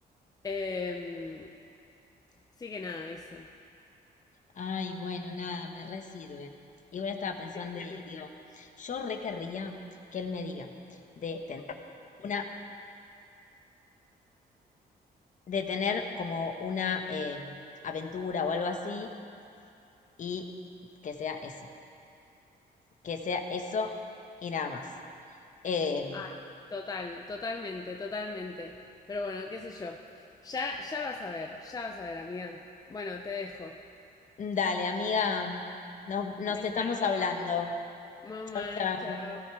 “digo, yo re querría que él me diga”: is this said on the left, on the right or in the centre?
Left